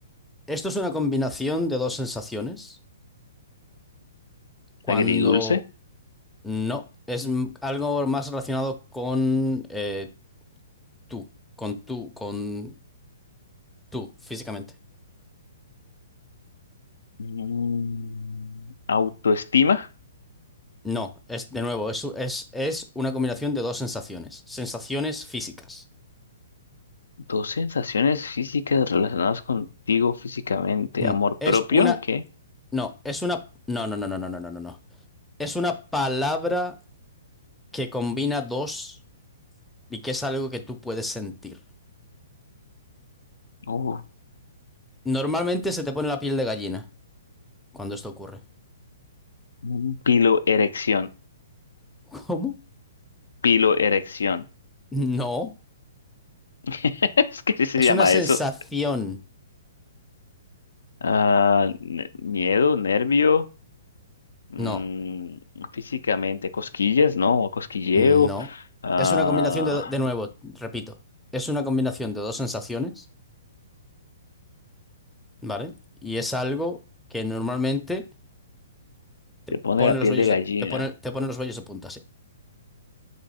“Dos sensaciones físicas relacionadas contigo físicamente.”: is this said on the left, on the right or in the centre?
Left